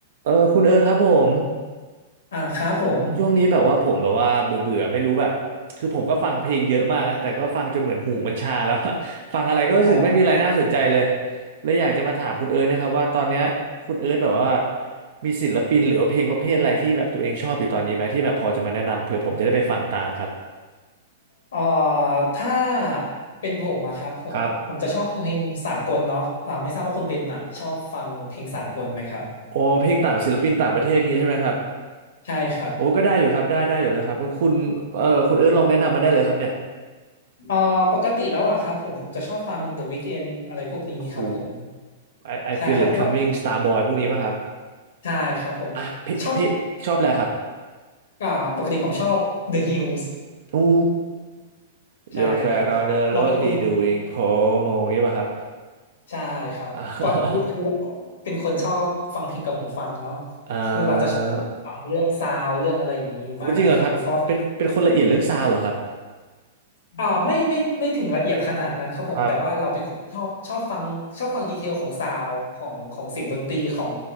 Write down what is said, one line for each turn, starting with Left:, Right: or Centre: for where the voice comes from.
Right: เออคุณเอิร์ธครับผม
Left: อ่าครับผม
Right: ช่วงนี้แบบว่าผมแบบว่าเบื่อเบื่อไม่รู้แบบคือผมก็ฟังเพลงเยอะมากนะแต่ก็ฟังจนเหมือนหูมันชาแล้วอะ <laughs> ฟังอะไรก็รู้สึกไม่มีอะไรน่าสนใจเลย
Left: อ๋อ
Right: เลยอยากจะมาถามคุณเอิร์ธนะครับว่าตอนเนี้ยคุณเอิร์ธแบบว่ามีศิลปินหรือว่าเพลงประเภทอะไรที่แบบตัวเองชอบอยู่ตอนนี้ไหมที่แบบพอจะมาแนะนำเผื่อผมจะได้ไปฟังตามครับ
Left: เอ่อถ้าเป็นผมอะครับผมผมจะชอบฟังเพลงสากลเนาะอ่าไม่ทราบว่าคุณเบนอะชอบฟังเพลงสากลไหมครับ
Right: ครับโอ้เพลงต่างศิลปินต่างประเทศงี้ใช่ไหมครับ
Left: ใช่ครับ
Right: โอ้ก็ได้อยู่ครับได้ได้อยู่แล้วครับคุณเอ่อคุณเอิร์ธลองแนะนำมาได้เลยครับเนี่ย
Left: เอ่อปกติแล้วอะครับผมผมจะชอบฟัง The Weeknd อะไรพวกนี้ครับผม
Right: โอ้โห I I feel
Left: ใช่ครับเพราะว่า
Right: it coming Starboy พวกนี้ป่ะครับ
Left: ใช่ครับผม
Right: อ่ะพี่พี่ชอบอะไรครับ
Left: ชอบอ่าปกติผมชอบ The Hills
Right: อู้ Your
Left: ใช่ครับเราเป็นคน
Right: fan on the road he doing promo นี่ป่ะครับ
Left: ใช่ครับเพราะคือเรา
Right: อ่า <laughs>
Left: เป็นคนชอบฟังเพลงกับหูฟังเนาะ
Right: เอ่
Left: คือเราจะชอบฟังเรื่องซาวด์เรื่องอะไรอย่างนี้มากอะครับผมเพราะว่า
Right: อโอ้จริงเหรอครับเป็นเป็นคนละเอียดเรื่องซาวด์เหรอครับ
Left: อ่าไม่ไม่ไม่ถึงละเอียดขนาดนั้นครับผมแต่ว่าเราเป็นคนชอบชอบฟังชอบฟังดีเทลของซาวด์ของของเสียงดนตรีของ
Right: ครับ